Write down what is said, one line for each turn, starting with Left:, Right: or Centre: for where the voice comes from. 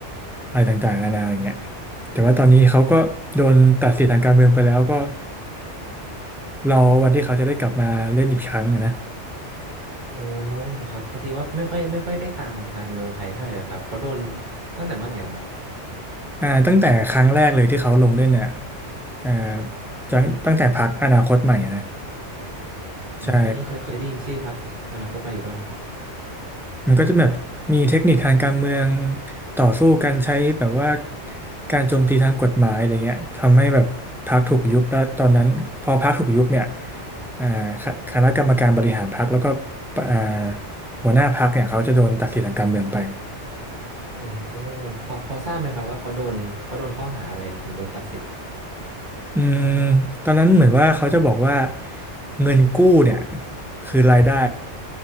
Centre: อะไรต่างๆนานาอย่างเงี้ยแต่ว่าตอนนี้เขาก็โดนตัดสิทธิ์ทางการเมืองไปแล้วก็รอวันที่เขาจะได้กลับมาเล่นอีกครั้งอะนะ
Right: โอ้ครับพอดีว่าไม่ค่อยไม่ค่อยได้ตามการเมืองไทยเท่าไหร่เลยครับเขาโดนตั้งแต่เมื่อไหร่นะครับ
Centre: อ่าตั้งแต่ครั้งแรกเลยที่เขาลงเล่นเนี่ยอ่าตั้งตั้งแต่พรรคอนาคตใหม่อะนะใช่
Right: อืมเคยเคยได้ยินชื่อพรรคอนาคตใหม่อยู่บ้างครับ
Centre: มันก็จะแบบมีเทคนิคทางการเมืองต่อสู้กันใช้แบบว่าการโจมตีทางกฎหมายอะไรเงี้ยทำให้แบบพรรคถูกยุบแล้วตอนนั้นพอพรรคถูกยุบเนี่ยอ่าคคณะกรรมการบริหารพรรคแล้วก็อ่าหัวหน้าพรรคเนี่ยเขาจะโดนตัดสิทธิ์ทางการเมืองไป
Right: โอ้พอพอทราบไหมครับว่าเขาโดนเขาโดนข้อหาอะไรถึงโดนตัดสิทธิ์
Centre: อืมตอนนั้นเหมือนว่าเขาจะบอกว่าเงินกู้เนี่ยคือรายได้